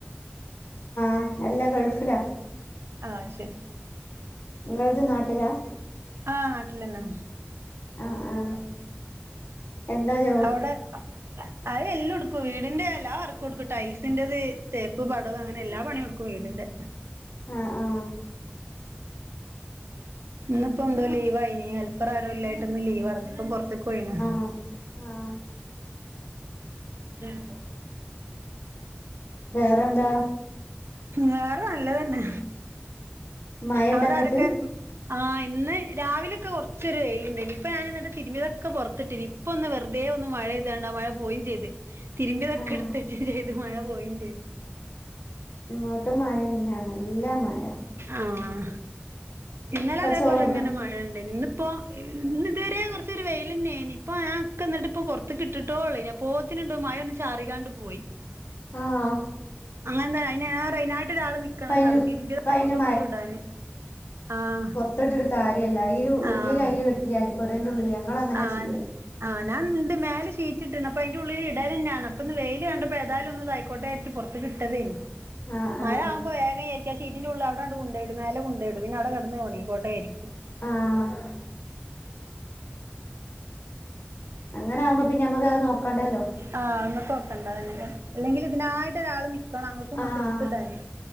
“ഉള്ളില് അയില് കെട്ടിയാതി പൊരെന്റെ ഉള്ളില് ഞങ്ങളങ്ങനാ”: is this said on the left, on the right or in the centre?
Left